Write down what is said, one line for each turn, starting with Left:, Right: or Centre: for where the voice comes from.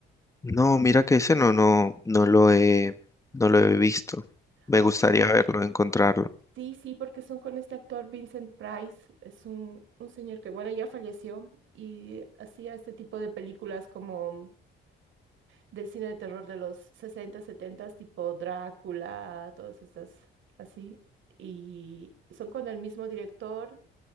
Left: No, mira que ese no, no, no lo he, no lo he visto. Me
Right: Ok.
Left: gustaría verlo, encontrarlo.
Right: Sí, sí, porque son con este actor Vincent Price. Es un, un señor que, bueno, ya falleció y hacía este tipo de películas como del cine de terror de los 60 70, tipo Drácula, todas estas así. Y son con el mismo director